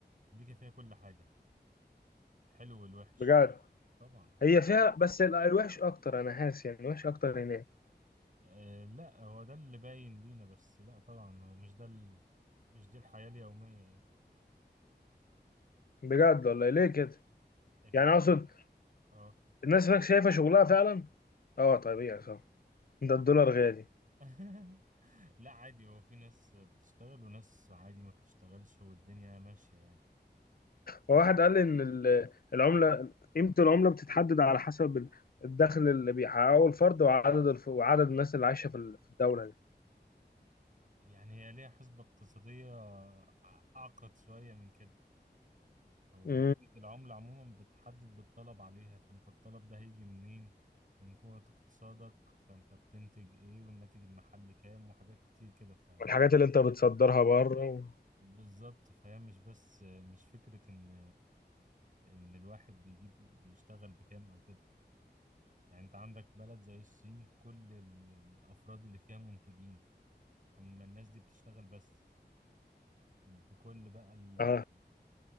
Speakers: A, on the right; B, on the left.
A: أمريكا فيها كل حاجة الحلو والوحش
B: بجد
A: طبعا
B: هي فيها بس ال- الوحش اكتر انا حاسس يعني الوحش اكتر هناك
A: أه لا هو ده اللي باين لينا بس لا طبعا هو مش ده ال... مش دي الحياة اليومية يعني
B: بجد والله ليه كده
A: الناس
B: يعني اقصد
A: أه
B: الناس هناك شايفه شغلها فعلا اه طبيعي صح ده الدولار غالي
A: <laughs> لا عادي هو في ناس بتشتغل وناس عادي ما بتشتغلش والدنيا ماشية يعني
B: وواحد
A: بس
B: قال لي ان ال- العمله قيمه العمله بتتحدد على حسب ال- الدخل اللي بيحققه الفرد وعدد الف... وعدد الناس اللي عايشه في ال- في الدوله
A: يعني هي ليها حسبة اقتصادية أعقد شوية من كده هو
B: دي
A: قيمة العملة عموما بتحدد بالطلب عليها فأنت الطلب ده هيجي منين من قوة اقتصادك فأنت بتنتج إيه والناتج المحلي كام وحاجات كتير كده ف
B: والحاجات اللي انت بتصدرها بره و...
A: بالظبط فهي مش بس مش فكرة إن إن الواحد بيجيب بيشتغل بكام أو كده يعني أنت عندك بلد زي الصين كل ال- الأفراد اللي فيها منتجين هم الناس دي بتشتغل بس بكل بقى ال...
B: اه